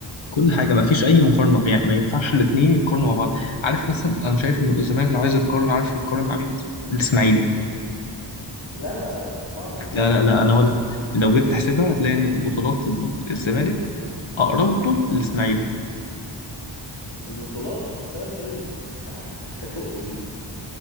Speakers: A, on the left (about 90°); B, on the left (about 70°).
A: كل حاجه ما فيش اي مقارنه يعني ما ينفعش الاثنين يتقارنوا مع بعض عارف مثلا انا شايف ان الزمالك لو عايز يتقارن عارف يتقارن مع مين مثلا الاسماعيلي
B: لا لا لا لا صعب قوي لا
A: لا لا لا انا هقول لك لو جيت تحسبها هتلاقي ان بطولات الزمالك اقرب له للاسماعيلي
B: البطولات بس انا بتكلم ك كتقل